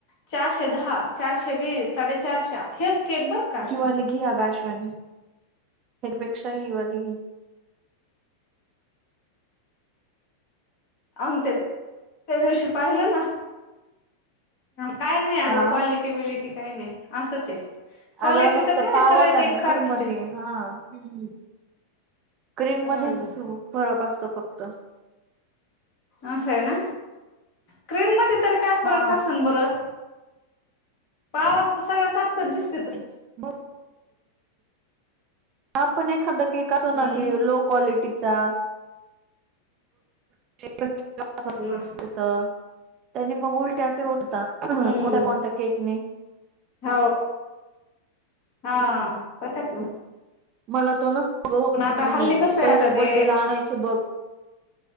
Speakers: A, on the left; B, on the right.
A: चारशे दहा, चारशे वीस, साडेचारशा हेच केक बरं का?
B: हि वाल घी, आगं अश्विनी आणि हे पेक्षा हि वाली घे.
A: आम्ही त्या दिवशी पाहिलं ना, काय नाही अगं
B: हा
A: क्वालि? क्वालिटी बिलिटी काय नाही, असंच आहे क्वालिटीच
B: अगं फक्त
A: काय
B: पाव
A: सगळे
B: होता
A: केक
B: आणि
A: सारखेच
B: क्रीम मध्ये
A: आहेत
B: आहे, हा. हा. क्रीम
A: हम्म
B: मध्येच फरक असतो फक्त
A: असं आहे ना क्रीम मध्ये तर काय फरक
B: हा
A: असेन बरं? पावत तर सगळ्या सारखं दिसत
B: <inaudible> आपण एखादा केक असो
A: हम्म
B: ना की लो क्वालिटीचा <unintelligible>
A: <unintelligible>
B: तर त्यांनी मग उलट्या ते उठता,
A: हम्म
B: कोणत्या-कोणत्या केकने.
A: हो. हा, होत्यात ना.
B: मला तो ना, तो,
A: पण आता
B: ती
A: हल्ली कसं आहे
B: पहिल्या
A: आता ते
B: बडेला आणायचे बघ.